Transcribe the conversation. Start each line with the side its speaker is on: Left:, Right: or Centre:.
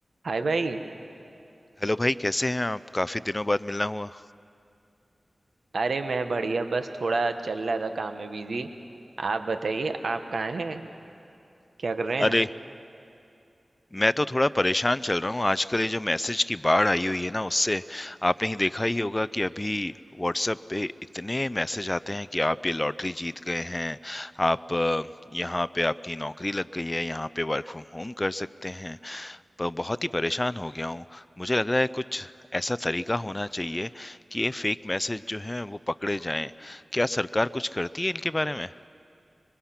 Right: हाय भाई
Left: Hello भाई कैसे हैं आप काफी दिनों बाद मिलना हुआ
Right: अरे मैं बढ़िया बस थोड़ा चल रहा था काम में बिजी आप बताइए आप कहाँ हैं क्या कर रहे
Left: अरे
Right: हैं
Left: मैं तो थोड़ा परेशान चल रहा हूँ आजकल ये जो मैसेज की बाढ़ आई हुई है ना उससे आपने ही देखा ही होगा कि अभी व्हाट्सएप पे इतने मैसेज आते हैं कि आप ये लॉटरी जीत गए हैं आप अ, यहाँ पे आपकी नौकरी लग गई है यहाँ पे वर्क फ्रॉम होम कर सकते हैं पर बहुत ही परेशान हो गया हूँ मुझे लग रहा है कुछ ऐसा तरीका होना चाहिए कि ये फेक मैसेज जो हैं वो पकड़े जाएं क्या सरकार कुछ करती है इनके बारे में